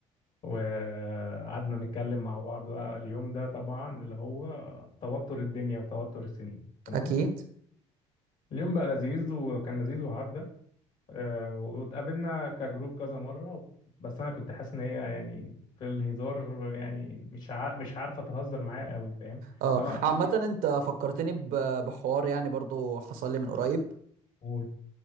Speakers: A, on the left; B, on the right.
A: وقعدنا نتكلم مع بعض بقى اليوم ده طبعا اللي هو توتر الدنيا وتوتر السنين تمام
B: اكيد
A: اليوم بقى لذيذ وكان لذيذ وعدى آه، واتقابلنا كجروب كذا مرة بس انا كنت حاسس ان هي يعني في الهزار يعني مش ع... مش عارفة تهزر معايا قوي فاهم
B: اه
A: لا في
B: عامة انت فكرتني ب- بحوار يعني برضو حصل لي من قريب
A: قول